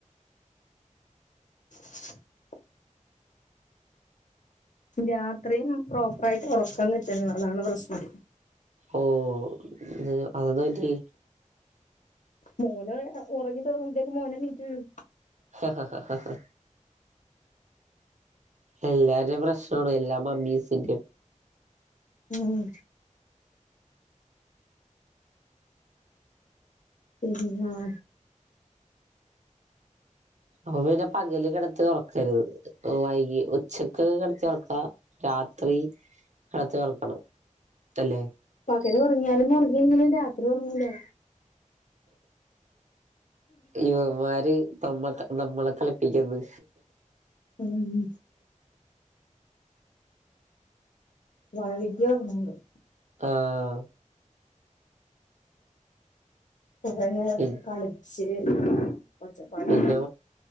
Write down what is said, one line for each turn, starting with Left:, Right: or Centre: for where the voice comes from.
Left: <inaudible> രാത്രി ഉമ് പ്രോപ്പറായിട്ട് ഒറക്കം കിട്ടുന്നു അതാണ് പ്രശ്നം
Right: ഓ നിങ്ങ അതെന്ത് പറ്റി
Left: മോന് അ ഒറങ്ങി തൊടങ്ങുമ്പത്തേക്കും മോനെ എണീറ്റ് വരും
Right: ഹ് ഹ ഹ ഹ ഹ എല്ലാരേം പ്രശ്നാണ് എല്ലാ മമ്മീസിന്റേം
Left: ഉമ് ഉമ് ഉമ് ആഹ്
Right: അപ്പൊ പിന്നെ പകല് കെടത്തി ഒറക്കര്ത് വൈകി ഉച്ചക്കൊക്കെ കെടത്തി ഒറക്കാ രാത്രി കെടത്തിയൊറക്കണം അല്ലേ
Left: പകല് ഒറങ്ങിയാലും ഒറങ്ങില്ലേലും രാത്രി ഒറങ്ങൂലേ
Right: ഇവന്മാര് <unintelligible> നമ്മളെ കളിപ്പിക്ക്ന്ന്
Left: ഉമ് <unintelligible>
Right: ആഹ്
Left: <unintelligible>
Right: പി
Left: കളിച്ച് ഒച്ചപ്പാട്
Right: പിന്നെ